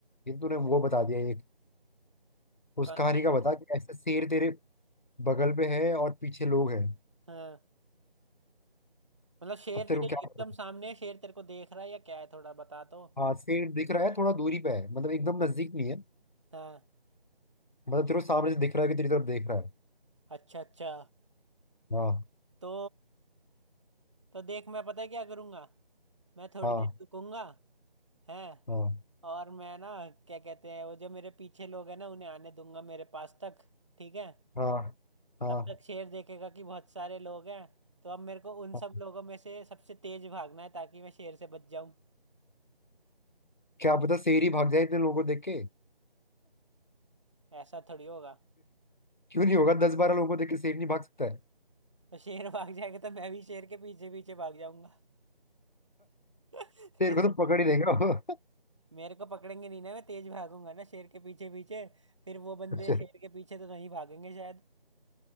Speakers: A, on the left; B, on the right.
A: ये तूने वो बता दिया एक उस
B: कौन-
A: कहानी का बता कि ऐसे शेर तेरे बगल में है और पीछे लोग हैं
B: हाँ मतलब शेर
A: अब
B: तेरे
A: तेरे को क्या
B: एकदम
A: करना?
B: सामने है शेर तेरे को देख रहा है या क्या है थोड़ा बता तो
A: हाँ शेर दिख रहा है थोड़ा दूरी पे है मतलब एकदम नजदीक नहीं है
B: हाँ
A: मतलब तेरे को सामने से दिख रहा है कि तेरी तरफ देख रहा है
B: अच्छा अच्छा
A: हाँ
B: तो तो देख मैं पता है क्या करूंगा मैं थोड़ी
A: हाँ
B: देर रुकूंगा है
A: हाँ
B: और मैं ना क्या कहते हैं वो जो मेरे पीछे लोग हैं ना उन्हें आने दूंगा मेरे पास तक ठीक है
A: हाँ हाँ
B: तब तक शेर देखेगा कि बहुत सारे लोग हैं तो अब मेरे को उन
A: हाँ।
B: सब लोगों में से सबसे तेज भागना है ताकि मैं शेर से बच जाऊं
A: क्या पता शेर ही भाग जाए इतने लोगों को देख के
B: ऐसा थोड़ी होगा
A: क्यों नहीं होगा दस बारह लोगों को देख के शेर नहीं भाग सकता है
B: तो शेर <laughs> भाग जाएगा तो मैं भी शेर के पीछे पीछे भाग जाऊंगा <laughs>
A: शेर को तो पकड़ ही देगा वो।
B: मेरे को पकड़ेंगे नहीं ना मैं तेज भागूंगा ना शेर के पीछे पीछे फिर वो बंदे
A: अच्छा
B: शेर के पीछे तो नहीं भागेंगे शायद